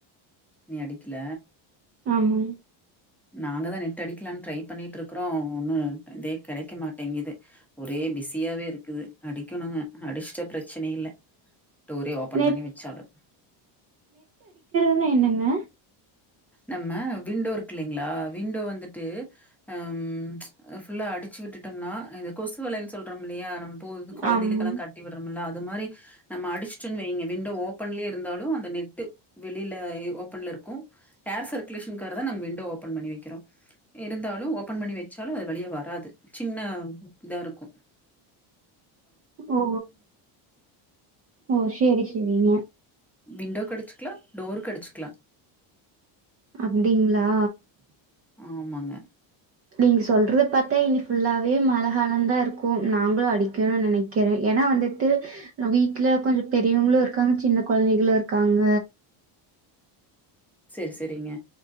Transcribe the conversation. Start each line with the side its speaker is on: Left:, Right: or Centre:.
Centre: நீ அடிக்கல
Right: ஆமாங்
Centre: நாங்கதா நெட்டு அடிக்கலான்னு ட்ரை பண்ணிட்டு இருக்குறோ ஒன்னூ இதே கெடக்க மாட்டேங்கிது ஒரே பிஸியாவே இருக்குது அடிக்கணுங்க அடிச்ட்ட ப்ரச்சன இல்ல டோரே ஓபன்
Right: நெட்
Centre: பண்ணி வச்சாலு
Right: ப்னா என்னங்க
Centre: நம்ம விண்டோ இருக்கு இல்லைங்களா விண்டோ வந்துட்டு அம் ஃபுல்லா அடிச்சு விட்டுட் டம்னா இந்த கொசு வலைனு சொல்றோம் இல்லையா நம் ப்போ வந்து கொழந்தைகளுக்கெல்லா
Right: ஆமாங்
Centre: கட்டி விடுறோம்ல அது மாரி நம்ம அடுச்சுட்டோன்னு வைங்க விண்டோ ஓப்பன்லே இருந்தாலு அந் அந்த நெட்டு வெளியில ஓபன்ல இருக்கூ ஏர் சர்க்குலேஷன் கார தான் நம் விண்டோ ஓபன் பண்ணி வைக்கிறோம் இருந்தாலும் ஓபன் பண்ணி வைக்க ச்சாலும் அது வழியே வராது சின்ன இதா இருக்கும்
Right: ஓ ஓ செரி செரிங்க
Centre: விண்டோ கிடைச்சுக்கலாம் டோர் கிடிச்சக்கலாம்
Right: அப்படிங்களா
Centre: ஆமாங்க
Right: நீங்க சொல்றத பார்த்தா இனி ஃபுல்லாவே மழைகாலம் தான் இருக்கும் நாங்களும் அடிக்கணும் நினைக்கிறேன் ஏன்னா வந்துட்டு வீட்டுல கொஞ்சம் பெரியவங்களும் இருக்காங்க சின்ன கொழந்தைகளும் இருக்காங்க
Centre: செரி செரிங்க